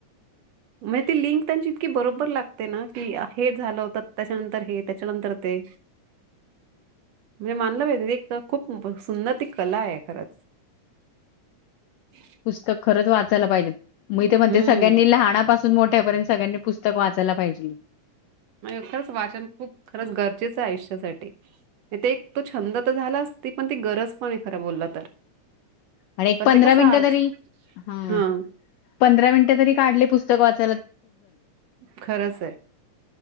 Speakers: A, on the right; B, on the left.
A: म ती लिंक त्यांची. बरोबर लागते ना. की हे झालं होत. त्याच्यानंतर हे त्याच्यानंतर ते. म्हणजे मानलं पाहिजे. एकतर खूप सुंदर ती कला आहे खरंच. ह <inaudible>
B: पुस्तक खरंच वाचायला पाहिजे
A: हम्म
B: मी ते म्हणते सगळ्यांनी लहापासून मोठ्या पर्यंत सगळ्यांनी पुस्तक वाचायला पाहिजे.
A: मग खरंच वाचन खूप खरंच गरजेचं आयुष्यासाठी ते एक तो छंद तर झाला अस. ते पण ती गरज पण आहे खरं बोललं तर.
B: आणि एक
A: पण
B: पंधरा
A: ते कसं
B: मिनिट
A: आज
B: तरी. ह
A: हा
B: पंधरा मिनट तरी काढले पुस्तक वाच
A: खरंच आहे.